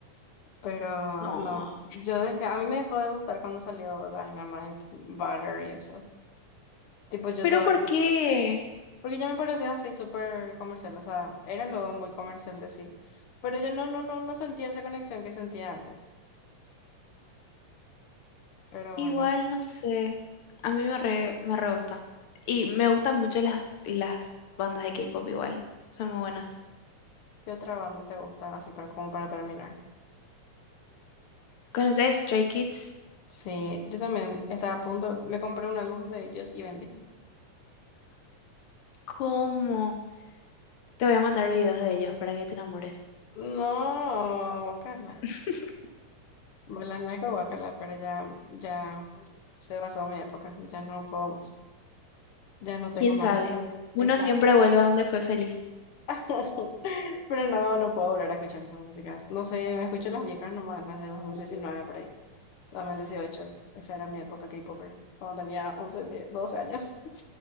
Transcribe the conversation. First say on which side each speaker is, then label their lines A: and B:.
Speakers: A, on the left (about 60°); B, on the left (about 75°).
A: Pero
B: No.
A: no, yo dejé, a mí me dejó de gustar cuando salió Dynamite, Butter y eso. Tipo yo
B: ¿Pero
A: toda
B: por
A: la...
B: qué?
A: Porque ya me parecía así súper comercial, o sea, era lo muy comercial de sí. Pero yo no, no, no, no sentía esa conexión que sentía antes. Pero
B: Igual,
A: bueno,
B: no sé, a mí me re, me re gusta. Y me gustan mucho las, las bandas de K-pop igual, son muy buenas.
A: ¿qué otra banda te gusta? Así para, como para terminar.
B: ¿Conoces Stray Kids?
A: Sí, yo también estaba a punto, me compré un álbum de ellos y vendí.
B: ¿Cómo? Te voy a mandar videos de ellos para que te enamores.
A: No, guacala.
B: <laughs>
A: Bueno, no es que guacala, pero ya, ya se basó mi época, ya no puedo más. Ya no tengo
B: ¿Quién
A: más
B: sabe? Uno
A: esa.
B: siempre vuelve a donde fue feliz.
A: <laughs> Pero no, no puedo volver a escuchar esas músicas. No sé, me escucho las viejas nomás, las de 2019 por ahí. dos mil dieciocho Esa era mi época K-Popper, cuando tenía once 10, 12 años.